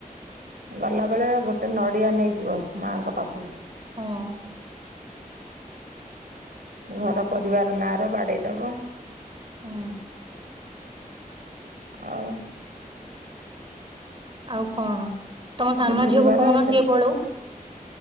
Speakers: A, on the right; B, on the right.
A: ଗଲା ବେଳେ ଗୋଟେ ନଡିଆ ନେଇଯିବ ମାଆଙ୍କ ପାଖକୁ।
B: ହଁ।
A: ଘର ପରିବାର ନାଁ ର ବାଡେଇ ଦବ।
B: ହଁ।
A: ଆଉ।
B: ଆଉ କଣ ତମ
A: ଆଜି
B: ସାନ
A: ଗୁରୁବାର
B: ଝିଅକୁ କହୁନ
A: ଏତେ
B: ସିଏ ପଳଉ?